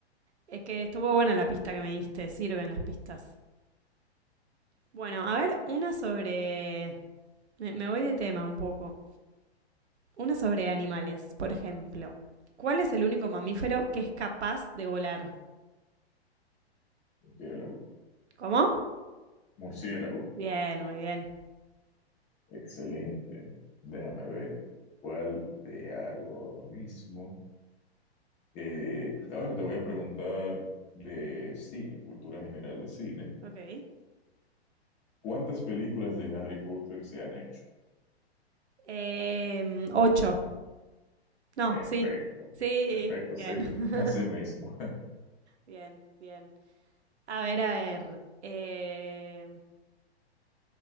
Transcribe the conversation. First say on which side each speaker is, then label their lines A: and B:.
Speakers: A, on the right (about 80°); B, on the left (about 20°).
A: es que estuvo buena la pista que me diste, sirven las pistas. Bueno, a ver, una sobre... Me, me voy de tema un poco. Una sobre animales, por ejemplo. ¿Cuál es el único mamífero que es capaz de volar?
B: Murciélago.
A: ¿Cómo?
B: Murciélago.
A: Bien, muy bien.
B: Excelente. Déjame ver cuál te hago ahora mismo. Eh, ahora te voy a preguntar de cine, cultura general de cine.
A: Ok.
B: ¿Cuántas películas de Harry Potter se han hecho?
A: Em, ocho. No,
B: Perfecto.
A: sí. Sí,
B: Perfecto,
A: bien.
B: sí. <laughs>
A: <laughs>
B: Así mismo.
A: bien, bien. A ver, a ver. em,